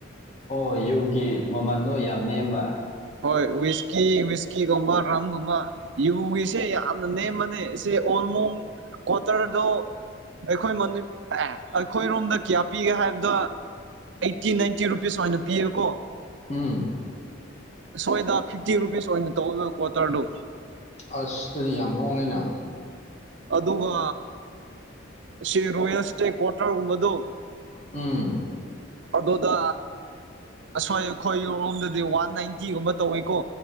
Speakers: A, on the left (about 35°); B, on the right (about 60°).
A: ꯑꯣ ꯌꯨꯒꯤ ꯃꯃꯟꯗꯣ ꯌꯥꯝ ꯅꯦꯝꯕ
B: ꯍꯣꯏ ꯋꯤꯁꯀꯤ ꯋꯤꯁꯀꯤꯒꯨꯝꯕ ꯔꯝꯒꯨꯝꯕ ꯌꯨꯒꯤꯁꯦ ꯌꯥꯝꯅ ꯅꯦꯝꯃꯅꯦ ꯁꯦ ꯑꯣ ꯒꯨꯜꯃꯨꯡ ꯀꯋ꯭ꯥꯇꯔꯗꯣ ꯑꯩꯈꯣꯏ ꯃꯅꯤꯞ ꯑꯥ ꯑꯩꯈꯣꯏꯔꯣꯝꯗ ꯀꯌꯥ ꯄꯤꯒꯦ ꯍꯥꯏꯕꯗ ꯑꯩꯠꯇꯤ ꯅꯥꯏꯟꯇꯤ ꯔꯨꯄꯤꯁ ꯁꯨꯃꯥꯏꯅ ꯄꯤꯌꯦꯀꯣ
A: ꯎꯝ
B: ꯑꯥꯁꯋꯥꯏꯗ ꯐꯤꯐꯇꯤ ꯔꯨꯄꯤꯁ ꯑꯣꯏꯅ ꯇꯧꯋꯦꯕ ꯀ꯭ꯋꯥꯇꯔꯗꯣ
A: ꯑꯁ ꯑꯗꯨꯗꯤ ꯌꯥꯝ ꯍꯣꯡꯉꯦꯅ
B: ꯑꯗꯨꯒ ꯁꯤ ꯔꯣꯌꯦꯁꯇꯦꯛ ꯀ꯭ꯋꯥꯇꯔ ꯒꯨꯝꯕꯗꯣ
A: ꯎꯝ
B: ꯑꯗꯨꯗꯥ ꯑꯁꯋꯥꯏ ꯈꯣꯏ ꯌꯣꯔꯣꯝꯗꯗꯤ ꯋꯥꯟ ꯅꯥꯏꯟꯇꯤꯒꯨꯝꯕ ꯇꯧꯋꯤꯀꯣ